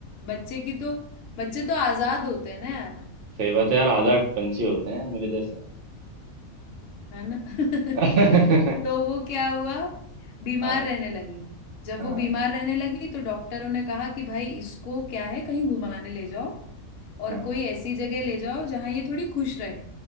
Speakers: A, on the left; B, on the right.
A: बच्चे की तो बच्चे तो आजाद होते हैं ना यार
B: सही बात है यार आजाद पंछी होते हैं मेरे जैसे
A: है ना <laughs>
B: <laughs>
A: तो वो क्या हुआ बीमार
B: हाँ
A: रहने लगी जब
B: हाँ
A: वो बीमार रहने लगी तो डॉक्टरों ने कहा कि भाई इसको क्या है कहीं घुमाने ले जाओ और
B: हाँ
A: कोई ऐसी जगह ले जाओ जहां ये थोड़ी खुश रहे